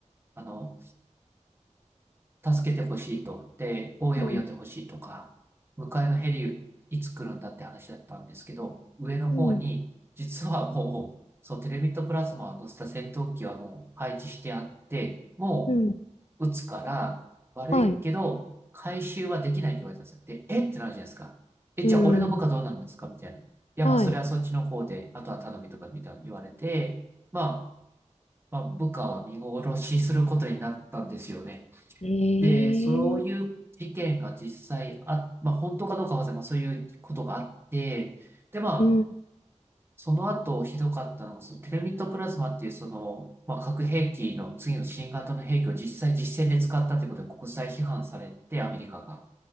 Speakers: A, on the right; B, on the left.
A: あの、助けてほしいと。で、応援を呼んでほしいとか、
B: うん。
A: 向かいのヘリいつ来るんだって話だったんですけど、上の方に、
B: うん。
A: 実はもう、そう、テレミットプラズマを乗せた戦闘機はもう配置してあって、も
B: うん。
A: う撃つから悪いけど、
B: はい。
A: 回収はできないって言われたんですよ。で、えってなるじゃないですか。え、
B: うん。
A: じゃあ俺の部下どうなるんですかみたいな。いや、
B: はい。
A: まあそれはそっちの方で、あとは頼みとかみたいな言われて、まあ、まあ部下は見殺しすることになったんですよね。
B: ええ
A: で、そういう事件が実際あ、まあ本当かどうかは忘れまあそういうことがあって、で、まあ、
B: うん、
A: その後ひどかったのが、そのテルミットプラズマっていうその、まあ核兵器の次の新型の兵器を実際実戦で使ったということで国際批判されて、アメリカが。